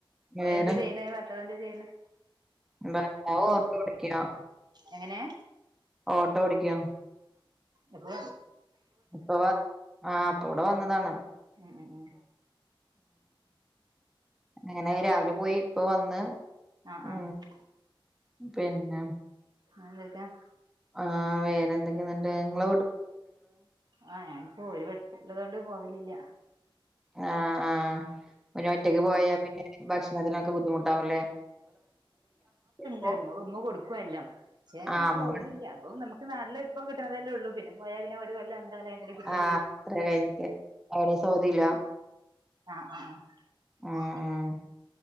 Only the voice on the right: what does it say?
ഓല് ന്ത്ചെയ്യണ് ഭത്തവന്ന്ത് ചെയ്യണ്
എങ്ങനെയ
എപ്പോ
ഉം ഉം ഉം
ആഹ്
ആഹ്
എന്തൊക്കെ
ആഹ ഞാനിപ്പോ ഒരു ള്ളതൊണ്ട് പോകലില്ല
മ്മമ്മ കൊടുക്ക ല്ല പക്ഷേ
ഞാൻ
പോവലല്ല അപ്പൊ നമുക്ക് നാളില് ഇപ്പ കിട്ടുന്നതല്ലേ ഉള്ളൂ പിന്നെ പോയാ പിന്നെ വല്ല അന്ല്ല എ കിട്ടളി
ആഹ് ആഹ്
ആഹ്